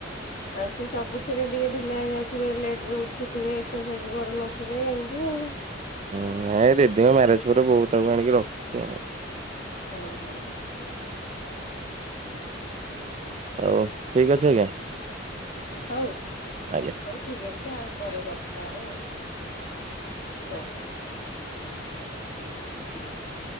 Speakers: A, on the left (about 45°); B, on the right (about 35°).
A: ଆଉ ସେ ସବୁଥିରେ ଟିକେ ଢିଲା ହେଇଯାଉଥିବେ ଲେଟ ରେ ଉଠୁଥିବେ ଏକ୍ସରସାଇଜ କରୁନଥିବେ ଏମିତି ଆଉ।
B: ହଁ, ନାଇଁ ଦିଦିଙ୍କ ମ୍ୟାରେଜ ପରେ ବୋ ତାକୁ ଆଣିକି ରଖିଥିଵ।
A: ହଁ ହଁ।
B: ହଉ ଠିକ୍ ଅଛି ଆଜ୍ଞା
A: ହଉ
B: ଆଜ୍ଞା
A: ହଉ
B: ।
A: ଠିକ୍ ଅଛି ଆଉ ପରେ କଥା ହେବା। ଆଉ ହ <unintelligible>